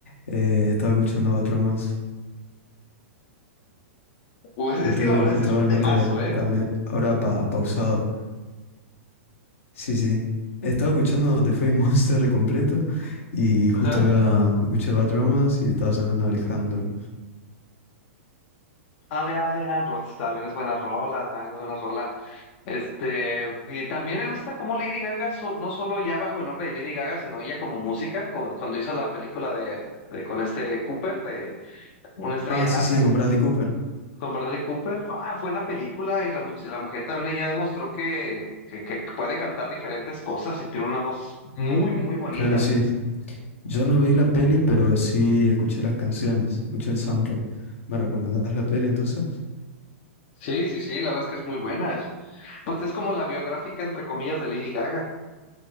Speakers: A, on the left; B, on the left.
A: eh, estaba escuchando Bad Romance.
B: O es, es
A: Lo tengo
B: que la verdad,
A: justamente
B: ese es un temazo, ¿eh?
A: ahora, me, ahora pa- pausado. Sí, sí. Estaba escuchando The Fame Monster de completo y justo
B: Ajá.
A: iba, escuché Bad Romance y estaba sonando Alejandro.
B: Ale Alejandro pues, también es buena rola, también es buena rola. Este, y también me gusta cómo Lady Gaga, so- no solo ya bajo el nombre de Lady Gaga, sino ella como música, co- cuando hizo la película de, de- con este Cooper, de Una estrella
A: Ah,
B: nace,
A: sí, sí, con Bradley Cooper.
B: con Bradley Cooper, ah, fue una película y la, much- la mujer también ella demostró que, que que puede cantar diferentes cosas y tiene una voz muy, muy bonita.
A: Claro, sí. Yo no vi la peli, pero sí escuché las canciones, escuché el soundtrack. ¿Me recomendás la peli entonces?
B: Sí, sí, sí, la verdad es que es muy buena. Es, pues es como la biográfica, entre comillas, de Lady Gaga.